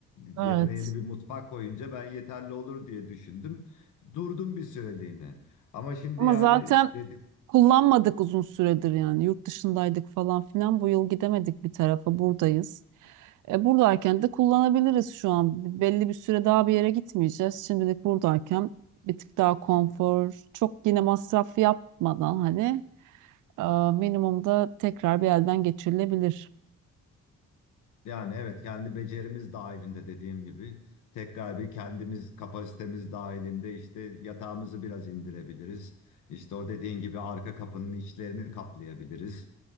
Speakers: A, on the right; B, on the left.
A: Evet.
B: Yerine yeni bir mutfak koyunca ben yeterli olur diye düşündüm. Durdum bir süreliğine. Ama şimdi
A: Ama
B: yani
A: zaten
B: dedi,
A: kullanmadık uzun süredir yani. Yurt dışındaydık falan filan. Bu yıl gidemedik bir tarafa. Buradayız. E, buradayken de kullanabiliriz şu an. Belli bir süre daha bir yere gitmeyeceğiz. Şimdilik buradayken bir tık daha konfor, çok yine masraf yapmadan hani e, minimumda tekrar bir elden geçirilebilir.
B: Yani evet kendi becerimiz dahilinde dediğim gibi tekrar bir kendimiz kapasitemiz dahilinde işte yatağımızı biraz indirebiliriz. İşte o dediğin gibi arka kapının içlerini kaplayabiliriz.